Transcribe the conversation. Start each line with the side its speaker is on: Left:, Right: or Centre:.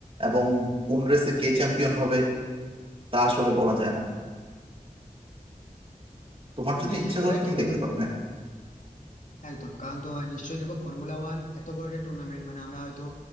Right: এবং কোন রেসে কে চ্যাম্পিয়ন হবে তা আসলে বলা যায় না তোমার যদি
Left: হ্যাঁ
Right: ইচ্ছা
Left: একেবারে
Right: করে তুমি
Left: ঠিক কথা
Right: দেখতে
Left: বলো
Right: পারো হ্যাঁ
Left: একদম কারণ তো নিশ্চয়ই দেখো ফর্মুলা ওয়ান এত বড় একটা টুর্নামেন্ট মানে আমরা হয়তো